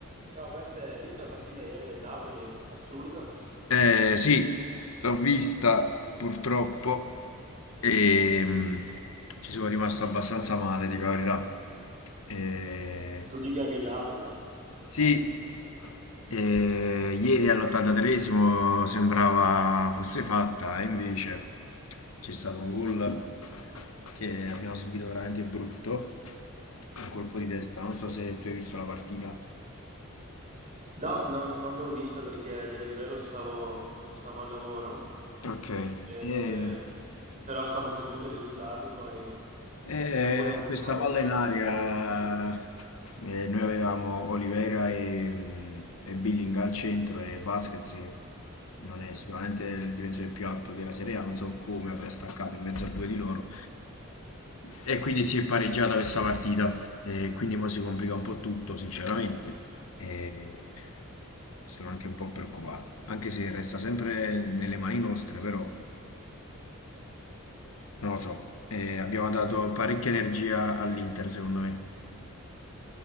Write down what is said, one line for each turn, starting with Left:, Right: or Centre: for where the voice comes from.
Right: Ciao Beppe, hai visto la partita ieri del Napoli? Assurdo.
Left: Eh, sì, l'ho vista purtroppo e mh, ci sono rimasto abbastanza male, dico la verità. Eh,
Right: Tu tifi anche il Napoli, no?
Left: sì, eh, ieri all'83esimo sembrava fosse fatta, e invece c'è stato un gol che abbiamo subito veramente brutto, un colpo di testa, non so se tu hai visto la partita.
Right: No, non, non l'ho vista perché a dire il vero stavo, stavo al lavoro,
Left: Ok,
Right: eh,
Left: eh,
Right: però stavo seguendo i risultati, poi
Left: Eh,
Right: 2-1,
Left: questa
Right: ho
Left: palla
Right: detto
Left: in
Right: vabbè,
Left: aria,
Right: dai, è finita.
Left: eh, noi avevamo Oliveira e, mm, e Billing al centro e Vasquez che non è sicuramente il difensore più alto della Serie A, non so come abbia staccato in mezzo a due di loro e quindi si è pareggiata questa partita e quindi mo si complica un po' tutto, sinceramente e sono anche un po' preoccupato, anche se resta sempre nelle mani nostre, però non lo so, Eh, abbiamo dato parecchia energia all'Inter secondo me.